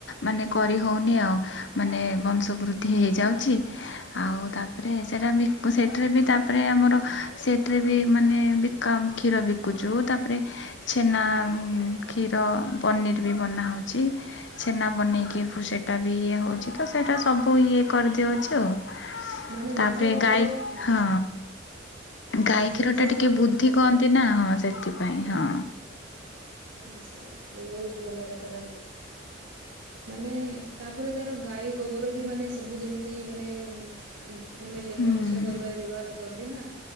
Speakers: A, on the left; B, on the right.
A: ମାନେ କରି ହଉନି ଆଉ। ମାନେ ବଂଶ ବୃଦ୍ଧି ହେଇଯାଉଛି। ଆଉ ତାପରେ ସେଟା ବି ସେଠେରେ ବି ତାପରେ ଆମର ସେଠେରେ ବି ମାନେ କାମ୍ ଖୀର ବକୁଚୁ ତାପରେ ଛେନା କ୍ଷୀର ପନିର ବି ବନାହଉଛି। ଛେନା ବନେଇକି
B: ଆଜ୍ଞା ଆଜ୍ଞା
A: ସେଟା ବି ଇଏ ହଉଛି ତ ସେଟା ସବୁ ଇଏ କରିଦିଉଛି ଆଉ।
B: ମାନେ
A: ତାପରେ
B: ନିଜେ ଘରେ
A: ଗାଈ
B: ଉଁ,
A: ହଁ ଗାଈ କ୍ଷୀର
B: ନିଜେ
A: ଟା ଟିକେ
B: ଘରେ
A: ବୁଦ୍ଧ
B: ବନଉଛ
A: ନା ହଁ ସେଥିପାଇଁ ହଁ।
B: ଆଛା ବହୁତ ଭଲ କଥା ମାନେ ତାପରେ ତାର ଗାଈ ଗୋବର ବି ମାନେ ସବୁ ଯେମିତି ମାନେ କି ମାନେ ଲେପା
A: ହୁଁ
B: ପୋଛା କରିବାରେ ବ୍ୟବହାର କରନ୍ତି ନା।